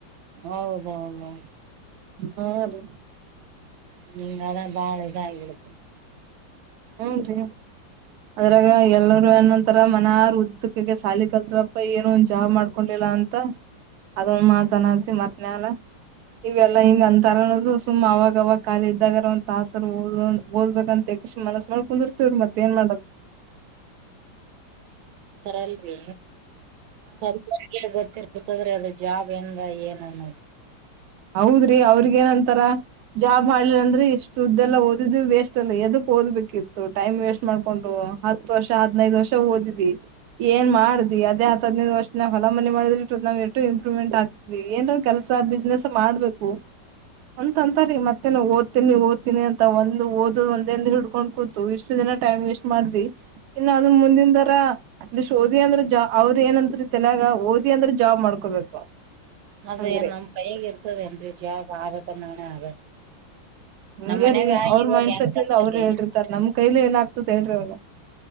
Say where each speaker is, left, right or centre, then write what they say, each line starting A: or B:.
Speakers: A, on the right; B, on the right.
A: ಹೌದೌಹೌದ
B: ಹಾ ರೀ
A: ಹಂಗ ಅ ಬಾಳ ಇದಾಗಿರುತ್ತ
B: ಹ್ಮರೀ ಅದರ ಎಲ್ಲರೂ ಏನೊಂತರ ಮನಾರ ಉದ್ದಕಗೆ ಸಾಲಿ ಕಲ್ತ್ರುಪ್ಪ ಏನ ಒಂದ ಜಾಬ್ ಮಾಡ್ಕೊಂಡಿಲ್ಲ ಅಂತ ಅದೊಂದ ಮಾತನಾಲ್ತಿ ಮತ್ ಮ್ಯಾಲ ಇವೆಲ್ಲಾ ಹಿಂಗ ಅಂತಾರ ಅನ್ನದು ಸುಮ್ ಅವಾಗ ಅವವಾಗ ಕಾಲಿ ಇದ್ದಾಗಾರ ಒಂದು ತಾಸರು ಓದ ಓದಬೇಕಂತ ನಳ ಕುಂತರ್ತ ವರು ಮತ್ತೇ ಏನ್ ಮಾಡದ
A: ತರಲರಿ ಅಂಥವರಿಗೆ ಗೊತ್ತಿರ ಇರ್ತಾದ್ರಿ ಅದ ಜಾಬ್ ಹೆಂಗ ಏನ ಅನ್ನೋದು
B: ಹೌದ್ರಿ ಅವ್ರಿಗ ಏನಂತಾರ ಜಾಬ್ ಮಾಡ್ಲಿಲ್ಲ ಅಂದ್ರೆ ಇಷ್ಟ. ದ್ದ ಎಲ್ಲ ಓದಿದ್ವೇಸ್ಟ್ ಅಲ್ಲ ಎದಕ್ ಓದ್ಬೇಕಿತ್ತು ಟೈಮ್ ವೇಸ್ಟ್ ಮಾಡ್ಕೊಂಡು ಹತ್ ವರ್ಷ ಹದ್ಿನೈದು ವರ್ಷ ಓದಿದಿ ಏನ್ ಮಾಡಿದಿ ಅದೇ ಹತ್ ಹದ್ಿನೈದು ವರ್ಷ ನಾವವು ಹೊಲ ಮನೆ ಮಾಡಿದ್ರ ನಾವ ಎಷ್ಟು ಇಂಪ್ರೂವ್ಮೆಂಟ್ ಆಗ್ತವಿ ಏನ ಕೆಲಸ ಬಿಸ್ನೆಸ್ ಮಾಡ್ಬೇಕು ಅಂತಂತರಿೀ ಮತ್ತನ ಓದ್ತೀನಿ ಓದ್ತೀನಿ ಅಂತ ಒಂದು ಓದ್ ಒಂದಂದ ಹಿಡ್ಕೊಂಡ್ ಕೂತು ಇಷ್ಟು ದಿನ ಟೈಮ್ ವೇಸ್ಟ್ ಮಾಡ್ದಿ ಇನ್ನು ಅದನ್ ಮುಂದಿನ ದರ ಅಟ್ಲೀಸ್ಟ್ ಓದಿ ಅಂದ್ರ ಜ ಅವ್ರ ಏನತ್ರಿ ತಲ್ಯಾಗ ಓದಿ ಅಂದ್ರ ಜಾಬ್ ಮಾಡ್ಕೋಬೇಕು
A: ಅದ
B: ಹಂಗ್ರಿ
A: ಏನ್ ನಮ್ಮ್ ಕೈ ಹದೆ ಎಜಾ ಪಾವಕ್ಕೆ ನಾನ ಅ
B: ಹಂಗೆ
A: ನಮ್ ಮನ್ಯಾಗ
B: ರೀ
A: ಆ
B: ಅವ್ರ
A: ಇವಾಗ
B: ಮೈಂಡ್ಸೆಟ್
A: ಹೆಂಗರ್ತರಿ
B: ಇಂದ ಅವ್ರು ಹೇಳಿರ್ತಾರ ನಮ್ ಕೈಲಿ ಎಲ್ಲ ಆಗ್ತದ ಹೇಳ್ರಿ ಅವಾಗ